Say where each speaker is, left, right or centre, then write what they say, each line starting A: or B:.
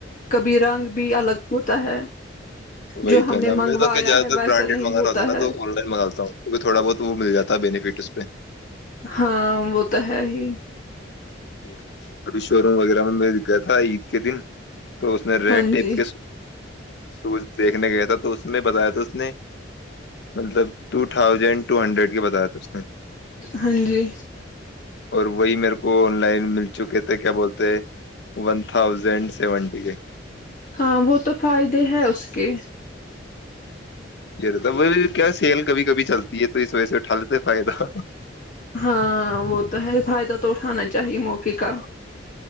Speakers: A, on the left; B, on the left.
A: کبھی رنگ بھی الگ ہوتا ہے
B: وہی
A: جو ہم
B: تو
A: نے
B: نا
A: منگوایا
B: میں تو کہ زیاد
A: ہے
B: تر
A: ویسا
B: برانڈ
A: نہیں
B: منگانا
A: ہوتا
B: ہو نا
A: ہے
B: تو آن لائن منگاتا ہوںونکہ تھوڑا بہت وہ مل جاتا ہے بینیفٹ <inaudible>
A: ہاں وہ تو ہے ہی
B: ج ابھی شو روم وغیرہ میں میں گیا تھا عید کے دن تو اس نے ریگ
A: ہاں
B: ٹائپ
A: جی
B: کے سوز دیکھنے گیا تھا تو اس میں بتایا تھا اس نے مطلب ٹو تھاؤزینڈ ٹو ہنڈریڈ کے بتایا تھا اس نے
A: ہاں جی
B: اور وہی میرے کو لائن مل چکے تھے کیا بولتے ون تھاؤزینڈ سیونٹی کے
A: ہاں وہ تو فائدے ہے اس کے
B: وہ کیا سیل کبھی کبھی چلتی ہے تو اس وجہ سے اٹھا لیتے فائدہ
A: ہاں وہ تو ہے فائدہ تو اٹھانا چاہیے موقعے کا